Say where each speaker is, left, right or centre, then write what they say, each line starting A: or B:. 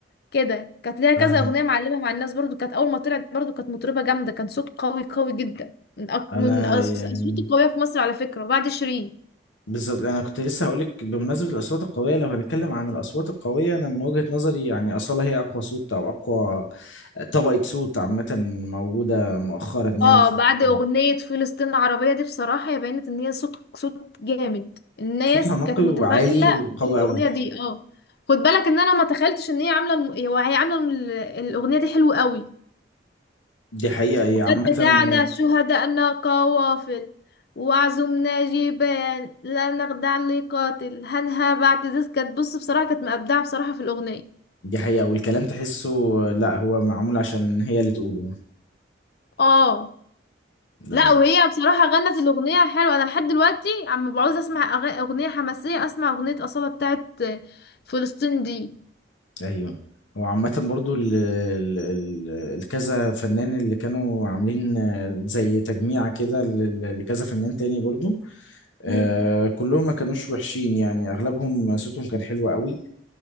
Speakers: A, on the left; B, on the left.
A: كده كانت ليها كذا
B: آه.
A: أغنية معلمة مع الناس برضو كانت أول ما طلعت برضو كانت مطربة جامدة كان صوت قوي قوي جدا من أق-
B: انا
A: من الأص-
B: يعني
A: الأصوات القوية في مصر على فكرة بعد شيرين
B: بالظبط انا كنت لسه هقولك بمناسبه الاصوات القويه لو هنتكلم عن الاصوات القويه انا من وجهه نظري يعني اصاله هي اقوى صوت او اقوى طبقه صوت عامه موجوده مؤخرا يعني
A: اه
B: في
A: بعد
B: المجال
A: اغنية فلسطين العربية دي بصراحة هي بينت ان هي صوت صوت جامد الناس
B: صوتها نقي
A: كانت
B: وعالي
A: متفاعلة
B: وقوي
A: بالاغنية
B: قوي
A: دي اه خد بالك ان انا ما تخيلتش ان هي عاملة الم- هو هي عاملة ال- الاغنية دي حلوة قوي
B: دي حقيقه هي
A: وقد
B: عامه
A: بتاعنا شهداءنا قوافل وعزمنا جبال لا نخدع لقاتل هنها بعد ذس كانت بص بصراحة كانت مبدعة بصراحة في الاغنية
B: دي حقيقه والكلام تحسه لا هو معمول عشان هي اللي تقوله
A: اه
B: لا
A: لا
B: لا
A: وهي بصراحة غنت الأغنية حلوة أنا لحد دلوقتي عم بعوز أسمع أغ- أغنية حماسية أسمع أغنية أصالة بتاعت فلسطين دي
B: ايوه هو عامة برضو ال ال ال الكذا فنان اللي كانوا عاملين زي تجميعة كده ل- ل- لكذا فنان تاني برضو آه
A: مم.
B: كلهم ما كانوش وحشين يعني اغلبهم صوتهم كان حلو قوي